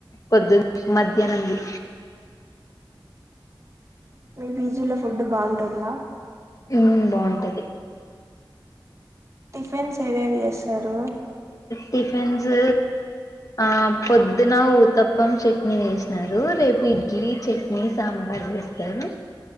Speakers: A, on the left (about 40°); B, on the right (about 35°).
A: పొద్దున మధ్యాహ్నం ది
B: ఎది జిలో ఫుడ్ బావుటుంద
A: ఉమ్ బాగుంటది
B: టిఫన్స్ ఏవేవి చేస్తారు
A: టిఫిన్స్ ఆ పొద్దున ఊతప్పం చట్నీ వేసినారు రేపు ఇడ్లీ చట్నీ సాంబార్ వేస్తారు